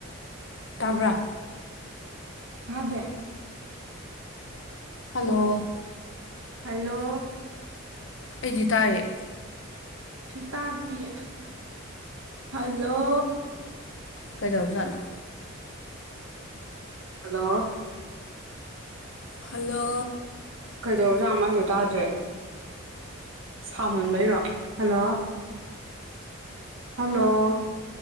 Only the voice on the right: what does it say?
ꯇꯧ꯭ꯔꯥ
ꯑꯗꯦ
ꯍꯂꯣ
ꯁꯤꯇꯥꯗꯌꯦ ꯍꯜꯂꯣ
ꯍꯜꯂꯣ
ꯀꯩꯗꯧꯁꯥ ꯃꯥꯁꯦ ꯇꯥꯗ꯭ꯔꯦ ꯁꯥꯃꯨꯟꯕꯩꯔꯣ ꯍꯜꯂꯣ ꯍꯜꯂꯣ